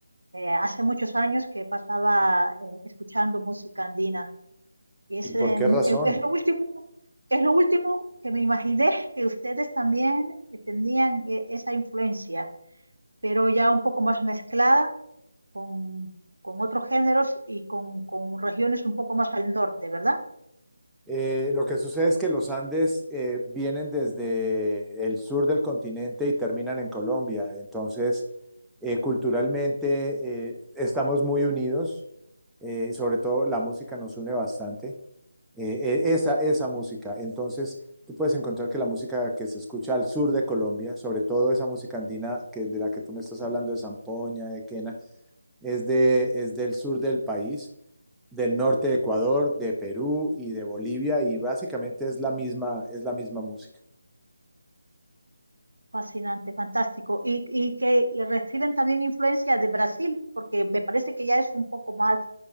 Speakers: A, on the right; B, in the centre.
A: Eh, hace muchos años que pasaba eh, escuchando música andina. Y es,
B: ¿Y por
A: eh,
B: qué razón?
A: es lo último, es lo último que me imaginé <laughs> que ustedes también eh, tenían eh, esa influencia, pero ya un poco más mezclada con, con otros géneros y con, con regiones un poco más al norte, ¿verdad?
B: Eh, lo que sucede es que los Andes eh, vienen desde el sur del continente y terminan en Colombia. Entonces, eh, culturalmente eh, estamos muy unidos, eh, sobre todo la música nos une bastante, eh, eh, esa, esa música. Entonces, tú puedes encontrar que la música que se escucha al sur de Colombia, sobre todo esa música andina que, de la que tú me estás hablando, de zampoña, de quena, es, de, es del sur del país del norte de Ecuador, de Perú y de Bolivia, y básicamente es la misma, es la misma música.
A: Fascinante, fantástico. Y, y que y reciben también influencia de Brasil, porque me parece que ya es un poco más...